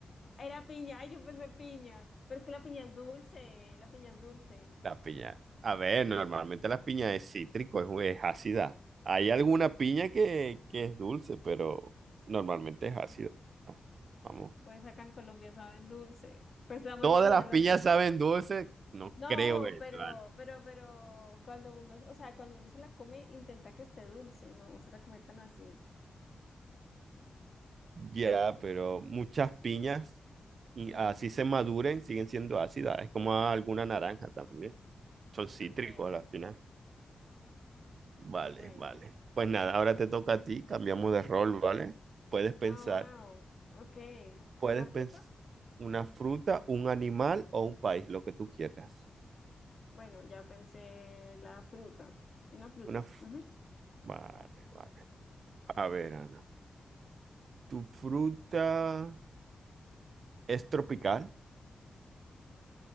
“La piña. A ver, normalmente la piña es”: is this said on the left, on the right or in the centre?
Right